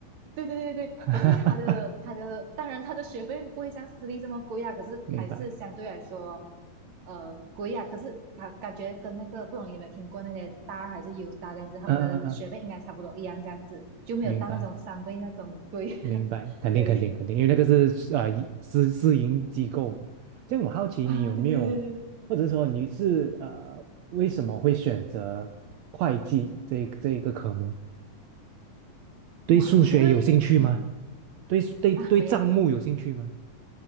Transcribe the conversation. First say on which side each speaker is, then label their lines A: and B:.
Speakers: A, on the right (about 55°); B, on the right (about 70°).
A: 对对对对对，
B: <laughs> 哈哈哈哈，
A: 可是他的他的，当然他的学费不会像私立这么贵啊，可是还是相对来说，
B: 明白。
A: 呃，贵啊。可是感感觉跟那个不懂你有没有听过那些大二还是 U 大这样子，他们的学费应该差不多一样这样子，
B: 嗯嗯嗯，
A: 就没有到那种三倍那种贵。
B: 明白明白，
A: <laughs>
B: 肯定肯定肯定，
A: 对
B: 因为那个是啊、呃一私私营机构嘛。这样我好奇你有没有，
A: 啊，对对对对，对
B: 或者说你是呃为什么会选择会计这一这一个科目？对数学有兴趣吗？
A: 哇，因为你
B: 对对对账目有兴趣吗
A: 啊没有，